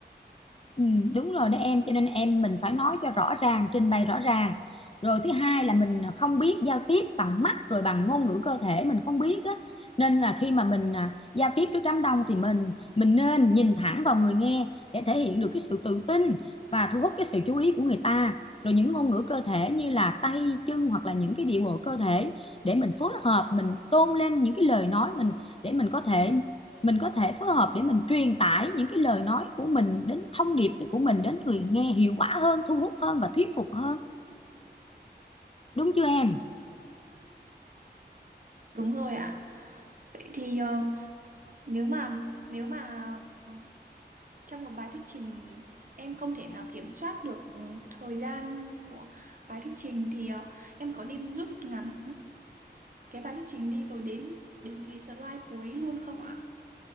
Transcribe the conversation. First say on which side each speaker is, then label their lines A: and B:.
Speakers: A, on the left; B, on the right.
A: Ừ, đúng rồi đó em cho nên em mình phải nói cho rõ ràng trình bày rõ ràng rồi thứ hai là mình không biết giao tiếp bằng mắt rồi bằng ngôn ngữ cơ thể mình không biết á nên là khi mà mình à, giao tiếp trước đám đông thì mình mình nên nhìn thẳng vào người nghe để thể hiện được cái sự tự tin và thu hút cái sự chú ý của người ta rồi những ngôn ngữ cơ thể như là tay chân hoặc là những cái điệu bộ cơ thể để mình phối hợp mình tôn lên những cái lời nói mình để mình có thể mình có thể phối hợp để mình truyền tải những cái lời nói của mình đến thông điệp của mình đến người nghe hiệu quả hơn thu hút hơn và thuyết phục hơn đúng chưa em
B: Đúng rồi ạ. Vậy thì ờ, nếu mà nếu mà ờ, trong một bài thuyết trình em không thể nào kiểm soát được ừ, thời gian của bài thuyết trình thì ờ, em có nên rút ngắn cái bài thuyết trình đi rồi đến đến cái slide cuối luôn không ạ?